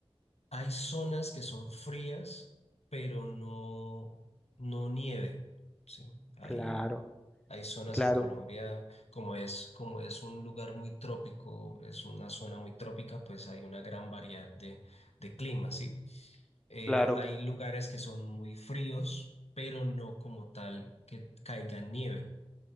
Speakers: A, on the left; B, in the centre.
A: Hay zonas que son frías, pero no, no nieve, ¿sí? Hay,
B: Claro,
A: hay zonas
B: claro,
A: en Colombia, como es, como es un lugar muy trópico, es una zona muy trópica, pues hay una gran variedad de, de climas, ¿sí? Eh,
B: claro.
A: hay lugares que son muy fríos, pero no como tal que caiga nieve.